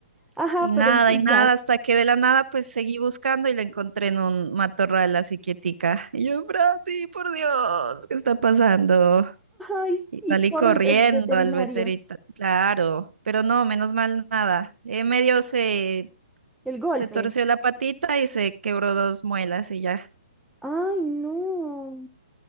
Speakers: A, in the centre; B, on the right.
A: ajá,
B: Y nada,
A: pero y, y
B: y nada,
A: ya. Ay,
B: hasta que de la nada pues seguí buscando y la encontré en un matorral así quietica. Y yo, Brati, por Dios, ¿qué está pasando?
A: ay,
B: Y
A: y
B: salí
A: corre
B: corriendo
A: el, el veterinario,
B: al veterinario, claro, pero no, menos mal nada. Eh, medio se,
A: el golpe.
B: se torció la patita y se quebró dos muelas y ya.
A: Ay, no.